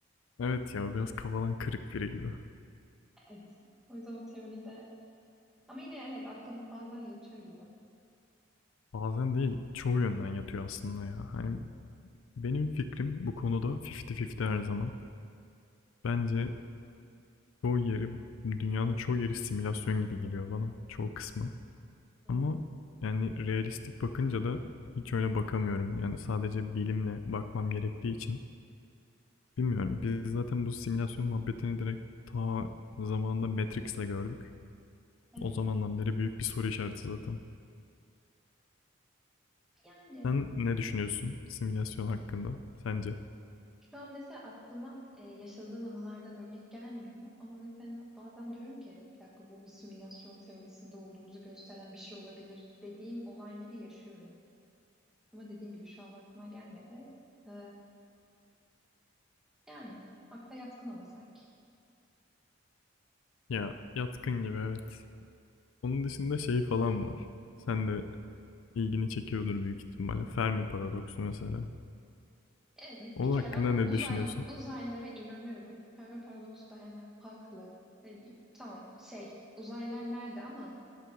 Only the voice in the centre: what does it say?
Evet. O yüzden o teori de ama yine evet akla bazen yatıyor gibi.
Hmm,
Evet.
Yani
şu an mesela aklıma e, yaşadığım anılardan örnek gelmiyor. Ama mesela bazen diyorum ki bir dakika bu bir simülasyon teorisinde olduğumuzu gösteren bir şey olabilir dediğim olayları yaşıyorum. Ama dediğim gibi şu an aklıma gelmedi. Ee, yani akla yatkın ama sanki.
Evet
bir kere
ben
uzay,
uzaylılara inanıyorum. Fermi paradoksu da yani haklı. E, tamam şey uzaylılar nerede ama